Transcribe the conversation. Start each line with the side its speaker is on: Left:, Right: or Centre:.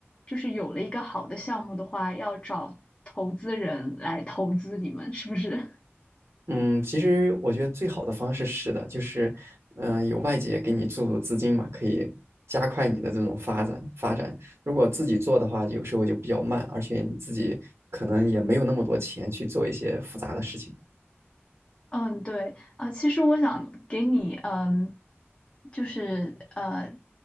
Left: 就是有了一个好的项目的话，要找投资人来投资你们，是不是？
Right: 嗯，其实我觉得最好的方式是的，就是，嗯、有外界给你注入资金嘛，可以加快你的这种发展发展。如果自己做的话，有时候就比较慢，而且你自己可能也没有那么多钱去做一些复杂的事情。
Left: 嗯，对啊，其实我想给你，嗯，就是呃，